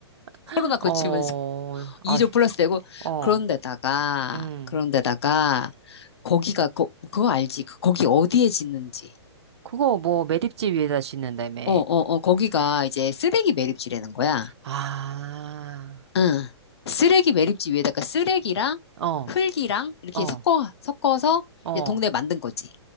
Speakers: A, on the left; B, on the right.
A: 코로나
B: <laughs>
A: 거치면서.
B: 어,
A: 2조
B: 아휴,
A: 플러스 되고
B: 어,
A: 그런데다가
B: 음.
A: 그런데다가 거기가 거, 그거 알지? 그 거기 어디에 짓는지.
B: 그거 뭐 매립지 위에다 짓는다며.
A: 어, 어, 어, 거기가 이제 쓰레기 매립지라는 거야.
B: 아,
A: 응. 쓰레기 매립지 위에다가 쓰레기랑
B: 어,
A: 흙이랑 이렇게
B: 어,
A: 섞어 섞어서
B: 어.
A: 이제 동네 만든 거지.